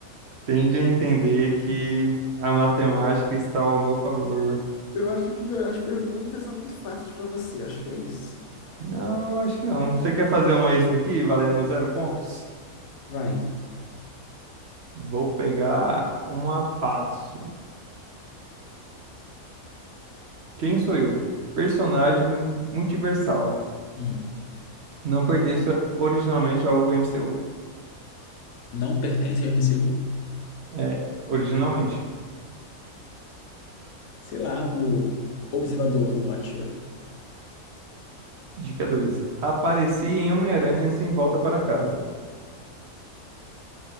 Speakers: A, on the right; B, on the left.
A: Tende a entender que a matemática está ao meu favor.
B: Eu acho que as perguntas são muito fáceis para você, acho que é isso.
A: Não, acho que não. Você quer fazer uma extra aqui, valendo zero pontos?
B: Vai.
A: Vou pegar uma fácil. Quem sou eu? Personagem multiversal.
B: Hum.
A: Não pertenço originalmente ao MCU.
B: Não pertence ao MCU?
A: É, originalmente.
B: Sei lá, o Observador, o Watcher.
A: Dica 2. Apareci em Homem-Aranha sem volta para casa.